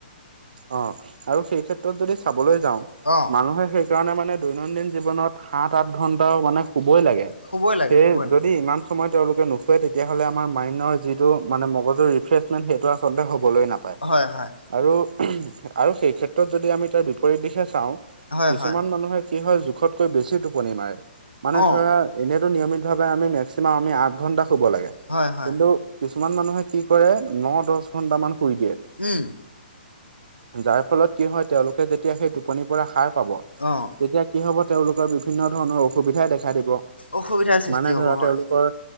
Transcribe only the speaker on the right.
অ', আৰু সেই ক্ষেত্ৰত যদি চাবলৈ যাওঁ
মানুহে সেইকাৰণে মানে দৈনন্দিন জীৱনত সাত-আঠ ঘন্টাও মানে শুবই লাগে।
সেই
যদি
ইমান সময়ত তেওঁলোকে নুখুৱে, তেতিয়াহ'লে আমাৰ মাইণ্ডৰ যিটো মানে মগজুৰ ৰিফ্ৰেছমেণ্ট সেইটো আচলতে হ'বলৈ নাপায়।
আৰু, আৰু সেই ক্ষেত্ৰত যদি আমি তাৰ বিপৰীত দিশে চাওঁ
কিছুমান
মানুহে কি হয় জোখতকৈ বেছি টোপনি মাৰে, মানে
ধৰা এনেইতো নিয়মিত ভাৱে আমি মেক্সিমাম আমি আঠ ঘন্টা শুব লাগে,
কিন্তু কিছুমান মানুহে কি কৰে, ন-দহ ঘন্টা মান শুই দিয়ে।
যাৰ ফলত কি হয়, তেওঁওলোকে যেতিয়া সেই টোপনিৰ পৰা সাৰ পাব
তেতিয়া কি হ'ব, তেওঁলোকৰ বিভিন্ন ধৰণৰ অসুবিধাই দেখা দিব।
মানে
ধৰা
তেওঁলোকৰ